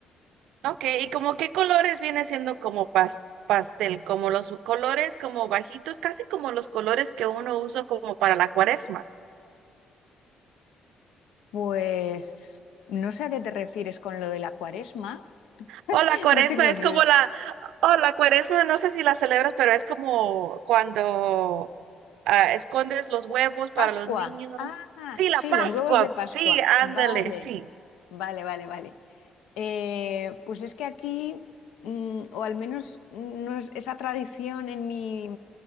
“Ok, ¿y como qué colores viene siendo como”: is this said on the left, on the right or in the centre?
Right